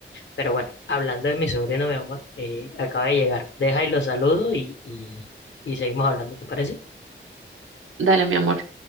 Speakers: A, on the left; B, on the right.
A: Pero bueno, hablando de mi sobrino, mi amor, eh, acaba de llegar. Deja y lo saludo y, y, y seguimos hablando, ¿te parece?
B: Dale, mi amor.